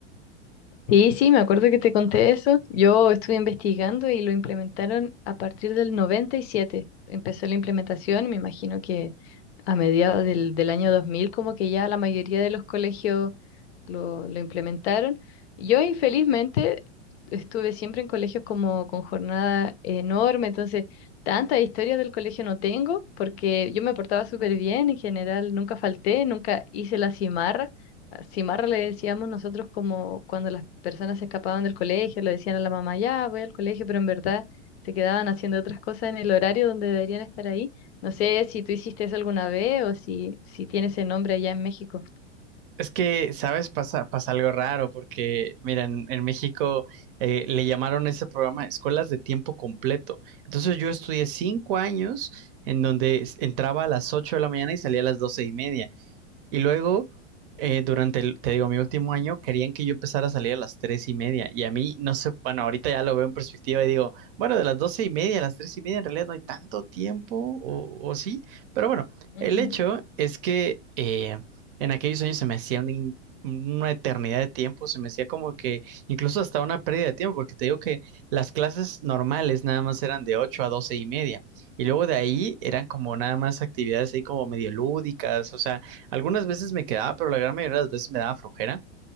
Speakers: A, on the left (about 60°); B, on the right (about 50°).
A: Sí, sí, me acuerdo que te conté eso. Yo estuve investigando y lo implementaron a partir del 97. Empezó la implementación, me imagino que a mediados del, del año 2000, como que ya la mayoría de los colegios lo, lo implementaron. Yo, infelizmente, estuve siempre en colegios como con jornada enorme, entonces tanta historia del colegio no tengo, porque yo me portaba súper bien en general, nunca falté, nunca hice la cimarra. Cimarra le decíamos nosotros como cuando las personas se escapaban del colegio, le decían a la mamá, ya voy al colegio, pero en verdad se quedaban haciendo otras cosas en el horario donde deberían estar ahí. No sé si tú hiciste eso alguna vez o si, si tiene ese nombre allá en México.
B: Es que, ¿sabes? Pasa, pasa algo raro porque, mira, en, en México eh, le llamaron ese programa escuelas de tiempo completo. Entonces yo estudié cinco años en donde es- entraba a las ocho de la mañana y salía a las doce y media. Y luego, eh, durante el, te digo, mi último año, querían que yo empezara a salir a las tres y media. Y a mí, no sé, bueno, ahorita ya lo veo en perspectiva y digo, bueno, de las doce y media a las tres y media en realidad no hay tanto tiempo, o, o sí. Pero bueno,
A: Ujú.
B: el hecho es que eh, en aquellos años se me hacía una, in- una eternidad de tiempo, se me hacía como que incluso hasta una pérdida de tiempo, porque te digo que las clases normales nada más eran de ocho a doce y media. Y luego de ahí eran como nada más actividades ahí como medio lúdicas, o sea, algunas veces me quedaba, pero la gran mayoría de las veces me daba flojera.